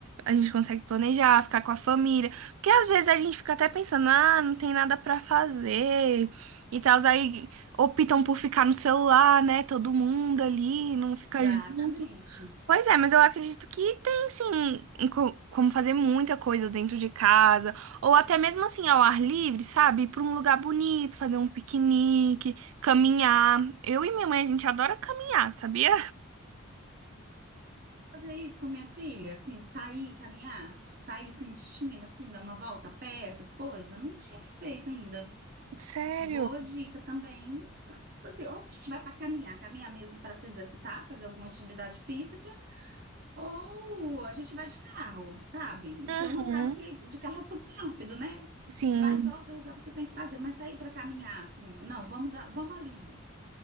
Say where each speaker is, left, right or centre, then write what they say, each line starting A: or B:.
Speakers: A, on the right; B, on the right.
A: A gente consegue planejar, ficar com a família. Porque às vezes a gente fica até pensando, ah, não tem nada pra fazer e tal. Aí optam por ficar no celular, né? Todo mundo ali, não fica
B: Exatamente.
A: junto. Pois é, mas eu acredito que tem sim em co- como fazer muita coisa dentro de casa, ou até mesmo assim ao ar livre, sabe? Ir pra um lugar bonito, fazer um piquenique, caminhar. Eu e minha mãe, a gente adora caminhar, sabia?
B: Fazer isso com minha filha, assim, sair, caminhar, sair sem destino, assim, dar uma volta a pé, essas coisas, não tinha feito ainda.
A: Sério?
B: Boa dica também. Assim, ou a gente vai para caminhar, caminhar mesmo para se exercitar, fazer alguma atividade física, ou a gente vai de carro, sabe?
A: Uhum.
B: Então acaba que de carro é super rápido, né?
A: Sim.
B: Vai e volta, resolve o que tem que fazer, mas sair para caminhar, assim, não, vamos dar, vamos ali.